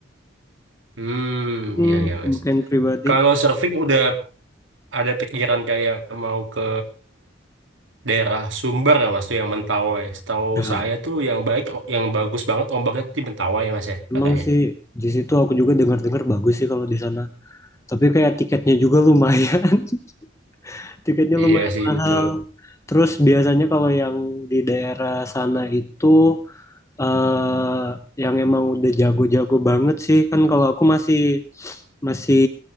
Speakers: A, on the right (about 75°); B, on the left (about 15°).
A: Hmm,
B: hmm,
A: iya ya
B: pemakaian
A: Mas.
B: pribadi.
A: Kalau surfing udah ada pikiran kayak mau ke daerah Sumber ya mas tuh yang Mentawai. Setahu
B: Ya,
A: saya tuh yang baik, yang bagus banget ombaknya tuh di Mentawai ya mas ya
B: emang
A: katanya.
B: sih di situ aku juga dengar-dengar bagus sih kalau di sana. Tapi kayak tiketnya juga lumayan, <laughs> tiketnya
A: Iya
B: lumayan
A: sih
B: mahal.
A: betul.
B: Terus biasanya kalau yang di daerah sana itu eh yang emang udah jago-jago banget sih, kan kalau aku masih masih